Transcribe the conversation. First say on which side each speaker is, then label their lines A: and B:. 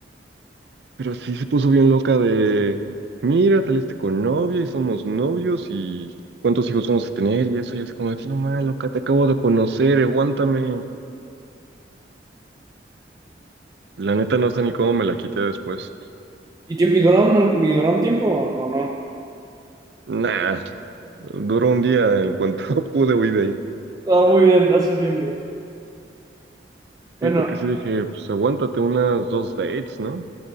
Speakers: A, on the right; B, on the right.
A: Pero sí se puso bien loca de, mira, saliste con novia y somos novios y cuántos hijos vamos a tener y eso. Y es como, de, "Sí, no mal, loca, te acabo de conocer, aguántame. La neta no sé ni cómo me la quité después.
B: ¿Y, tu- y duró un, y duró tiempo o, o no?
A: Nah, duró un día en cuanto <laughs> pude huir de ahí.
B: Ah, muy bien, lo haces bien, bro. Bueno,
A: Sí, porque sí dije, pues aguántate unas dos dates, ¿no?